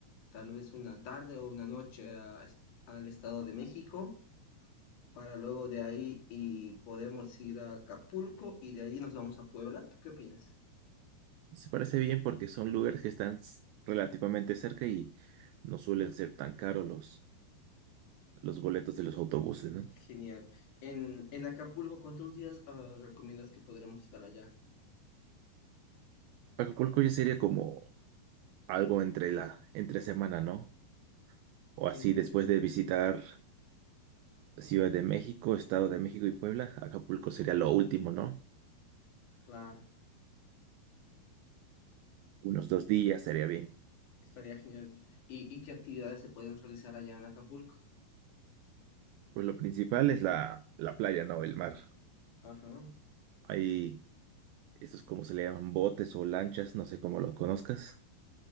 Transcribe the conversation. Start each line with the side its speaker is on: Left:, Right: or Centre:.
Left: tal vez una tarde o una noche a es- al Estado de México, para luego de ahí y podemos ir a Acapulco y de ahí nos vamos a Puebla. ¿Tú qué opinas?
Right: Se parece bien porque son lugares que están s- relativamente cerca y no suelen ser tan caros los, los boletos de los autobuses, ¿no?
Left: Genial. En, en Acapulco, ¿cuántos días ah, recomiendas que podremos estar allá?
Right: Acapulco ya sería como algo entre la, entre semana, ¿no? O así
Left: Ujú,
Right: después de visitar Ciudad de México, Estado de México y Puebla, Acapulco sería
Left: ujú.
Right: lo último, ¿no?
Left: Claro,
Right: Unos dos días sería bien.
Left: estaría genial. ¿Y, y qué actividades se pueden realizar allá en Acapulco?
Right: Pues lo principal es la, la playa, ¿no? El mar.
Left: Ajá,
Right: Hay estos, como se le llaman, botes o lanchas, no sé cómo los conozcas.